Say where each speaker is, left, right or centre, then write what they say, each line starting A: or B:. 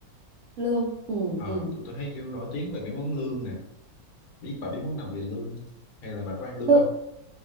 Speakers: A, on the right; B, on the left.
A: lương ừ
B: Ờ,
A: ừ
B: tôi tôi thấy kêu nổi tiếng về mấy món lương nè. Biết bà biết món nào về lương không? Hay là bà có ăn lương
A: Lự-
B: không?